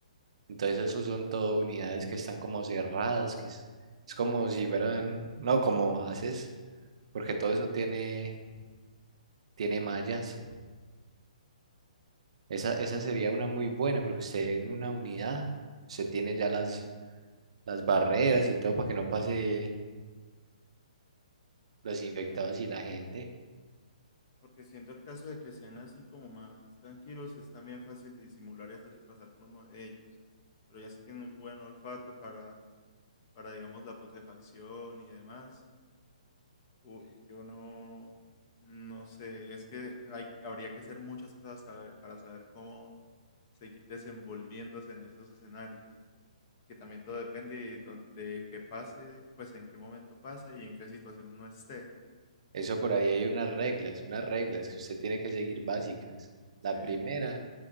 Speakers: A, on the right; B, on the left.
A: Entonces, esos son todo unidades que están como cerradas, que es, es como si fueran, no, como haces, porque
B: Sí.
A: todo eso tiene, tiene mallas. Esa, esa sería una muy buena, porque usted en una unidad, usted tiene ya las, las barreras y todo para que no pase los infectados y la gente.
B: Porque siendo el caso de que sean así como más tranquilos, es también fácil disimular y hacerse pasar por uno de ellos. Pero ya si tienen un buen olfato para, para digamos, la putrefacción y demás, uy, yo no, no sé, es que hay, habría que hacer muchas pruebas sabe- para saber cómo seguir desenvolviéndose en esos escenarios. Y que también todo depende de, dónde- de qué pase, pues en qué momento pase y en qué situación uno esté.
A: Eso por ahí hay unas reglas, unas reglas que usted tiene que seguir básicas.
B: Sí.
A: La primera,